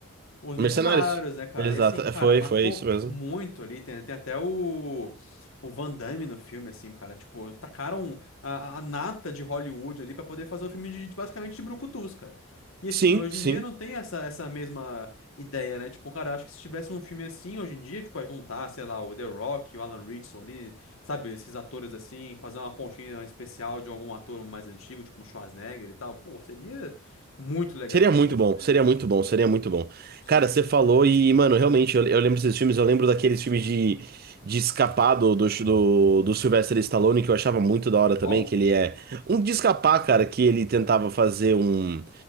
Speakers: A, on the left (about 65°); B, on the right (about 45°).
A: os mercenários,
B: Mercenários.
A: né, cara?
B: Exato.
A: E assim,
B: É,
A: cara,
B: Foi,
A: marcou
B: foi isso mesmo.
A: muito ali. Tem, tem até o, o Van Damme no filme, assim, cara. Tipo, tacaram a, a- a nata de Hollywood ali pra poder fazer um filme de, de- basicamente de brucutus, cara. E
B: Sim,
A: assim, hoje
B: sim.
A: em dia não tem essa, essa mesma ideia, né? Tipo, cara, acho que se tivesse um filme assim hoje em dia, tipo, a juntar, sei lá, o The Rock, o Alan Richson ali, sabe? Esses atores assim, fazer uma pontinha especial de algum ator mais antigo, tipo um Schwarzenegger e tal. Pô, seria muito legal,
B: Seria
A: né?
B: muito
A: Não sei se-
B: bom,
A: se-
B: seria
A: se-
B: muito bom, seria muito bom.
A: Sim.
B: Cara, você falou e, mano, realmente, eu, eu lembro desses filmes, eu lembro daqueles filmes de, de escapar do, do, do, do Sylvester Stallone, que eu achava muito da hora
A: Qual?
B: também, que ele é um de escapar, cara, que ele tentava fazer um, um